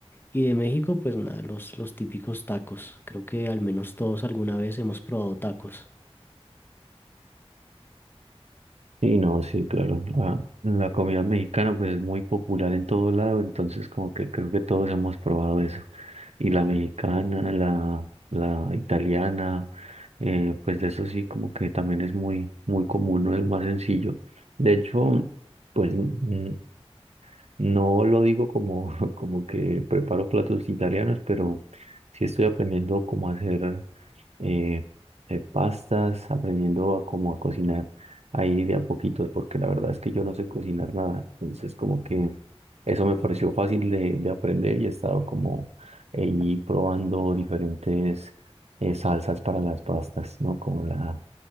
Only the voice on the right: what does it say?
Sí, no, sí, claro. La, la comida mexicana pues es muy popular en todo lado, entonces como que creo que todos hemos probado eso. Y la mexicana, la, la italiana, eh, pues de eso sí como que también es muy, muy común, no es lo más sencillo. De hecho, pues mm, no lo digo como, <laughs> como que preparo platos italianos, pero sí estoy aprendiendo cómo hacer eh, eh, pastas, aprendiendo a cómo a cocinar ahí de a poquitos, porque la verdad es que yo no sé cocinar nada. Entonces, como que eso me pareció fácil de, de aprender y he estado como ahí probando diferentes eh, salsas para las pastas, ¿no? Como la,